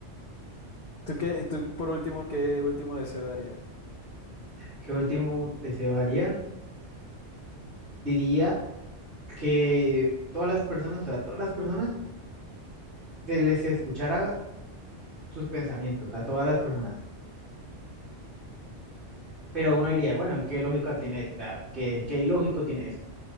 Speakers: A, on the left; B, on the right.
A: ¿Tú qué, tú por último, qué último deseo darías?
B: ¿Qué último deseo haría? Diría que todas las personas, o sea, todas las personas se les escuchara sus pensamientos a todas las personas. Pero uno diría, bueno, ¿y qué lógica tiene eso? O sea, ¿qué, qué ilógico tiene eso?